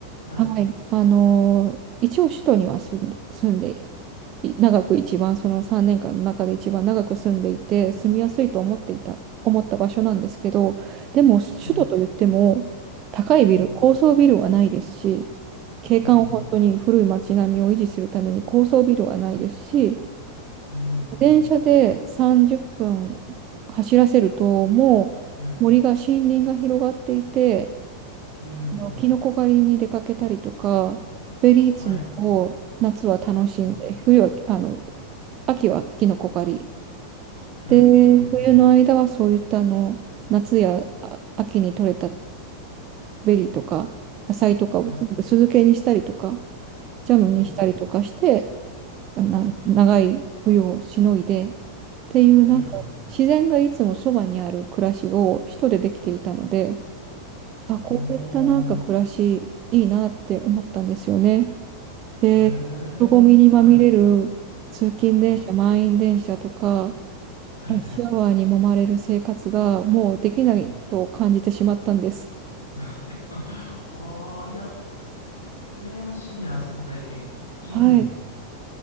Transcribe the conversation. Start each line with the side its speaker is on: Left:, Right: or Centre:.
Left: はい。
Right: はい。あのー一応首都には住んで、住んで、い長く一番、その3年間の中で一番長く住んでいて、住みやすいと思っていた、思った場所なんですけど、でも首都といっても、
Left: はい。
Right: 高いビル、
Left: ええ、
Right: 高層ビルはないですし、景観を本当に古い街並みを維持するために高層ビルはないですし、
Left: うん。うん。
Right: 電車で30分走らせると、もう森が、
Left: はい。
Right: 森林が広がっていて、
Left: うん。
Right: あの、キノコ狩りに出かけたりとか、ベリー摘みを夏は楽しんで、
Left: はい。うん。
Right: 冬は、あの、秋はキノコ狩り。
Left: うん。
Right: で、
Left: うん。うんうん
Right: 冬の間はそういったあの、夏やあ秋に採れたベリーとか、野菜とかを全部酢漬けにしたりとか、
Left: はい。
Right: ジャムにしたりとかして、
Left: うん。うん。
Right: な、
Left: はい
Right: 長い冬をしのいで、っていうなんか、
Left: うん。
Right: 自然がいつもそばにある暮らしを首都でできていたので、あ、
Left: あ
Right: こういったなんか暮らしいいなって思ったんですよね。で、
Left: あ。へえ。
Right: 人混みにまみれる通勤電車、
Left: はい。はい。
Right: 満員電車とか、
Left: はいはい。
Right: ラッシャワーに揉まれる生活がもうできないと感じてしまったんです。
Left: うん。<laughs> ああ、いや、い羨ましいな、その体験。いいですね。
Right: はい。